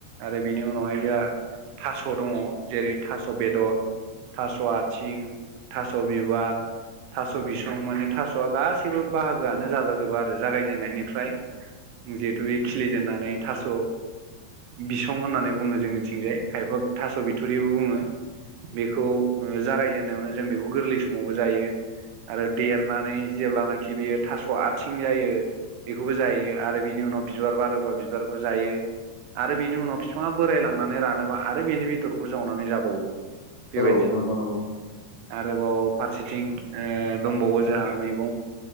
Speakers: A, on the right (about 80°); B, on the left (about 75°).
A: आरो बेनि उनावहाय जोंहा थास' दङ जेरै थास' बेदर थास' आथिं थास' बिबार थास' बिसं माने थास'आ गासैबो बाहागोआनो जाजाजोबो आरो जागायजेननायनिफ्राय जिहेतु बे खिलिजेननानै थास' बिसं होननानै बुङो जोंनिथिंजाय खायफा थास' बिथुरिबो बुङो बेखौ जागायजेननायावनो जों बेखौ गोरलै समावबो जायो आरो देरनानै जेब्लानाखि बियो थास' आथिं जायो बेखौबो जायो आरो बिनि उनाव बिबार बारोबा बिबारखौ जायो आरो बेनि उनाव बिफाङा बोराय लांनानै रानोबा आरो बेनि बेदरखौ जावनानै जाबावो बेबायदि
B: औ नंगौ नंगौ
A: आरोबाव फारसेथिं दंबावो जोंहा मैगं